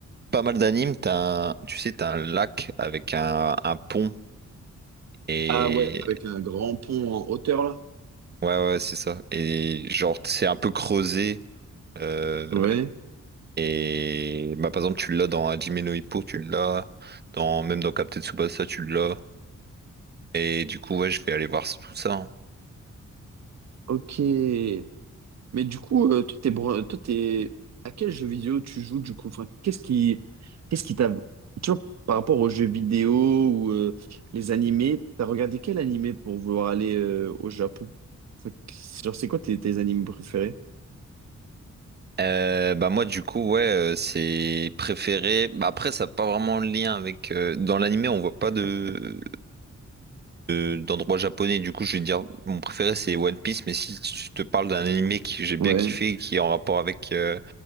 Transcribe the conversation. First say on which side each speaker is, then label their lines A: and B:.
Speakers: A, on the right; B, on the right.
A: pas mal d'animes, t'as un, tu sais, t'as un lac avec un, un pont. Et
B: Ah ouais, avec un grand pont en hauteur, là.
A: ouais, ouais, c'est ça. Et genre, c'est un peu creusé. euh,
B: Ouais.
A: Et bah, par exemple, tu l'as dans Hajime no Ippo, tu l'as dans même dans Captain Tsubasa, tu l'as. Et du coup, ouais, je vais aller voir tout ça. hein.
B: Ok. Mais du coup, euh, toi, t'es, bro- toi, t'es- à quel jeu vidéo tu joues du coup? Enfin, qu'est-ce qui, qu'est-ce qui t'a, tu vois, par rapport aux jeux vidéo ou euh, les animés, t'as regardé quel animé pour vouloir aller euh, au Japon? Enfin, qu- genre, c'est quoi tes, tes animés préférés?
A: Euh, bah moi du coup ouais euh, c'est préféré bah après ça n'a pas vraiment de lien avec euh, dans l'animé on voit pas de de- d'endroit japonais du coup je vais dire mon préféré c'est One Piece mais si je te parle d'un animé que j'ai bien
B: Ouais,
A: kiffé et qui est en rapport avec euh,